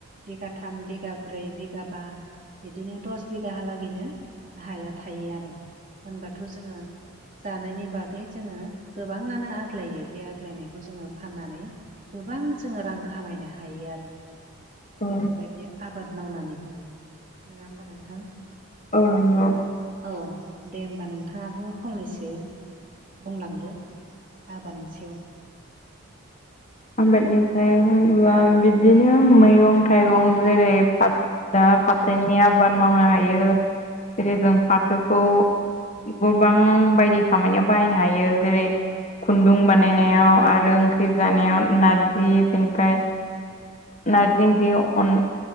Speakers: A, on the right; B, on the left.
A: बिगाथाम बिगा ब्रै बिगाबा बिदिनो दस बिगाहालागैनो हाया थायो आरो होनबाथ' जोङो जानायनि बागै जोङो गोबाङानो आग्लायो बे आग्लायनायखौ जोङो फाननानै गोबां जोङो रां खामायनो हायो आरो
B: औ
A: बेफोरबायदि आबाद मावनानैबो नङा होमबा नोंथां
B: औ नंगौ
A: औ दे होमबा नोंथाङाबो फंनैसो बुंलांदो आबादनि सायाव
B: आबादनिफ्राय होनबा बिदिनो मैगं थाइगं जेरै फाथो दा फाथोनि आबाद मावनो हायो जेरै जों फाथोखौ गोबां बायदि खामानियाव बाहायनो हायो जेरै खुन्दुं बानायनायाव आरो ओंख्रि जानायाव नारजि बेनिफ्राय नारजि ओंख्रियाव अन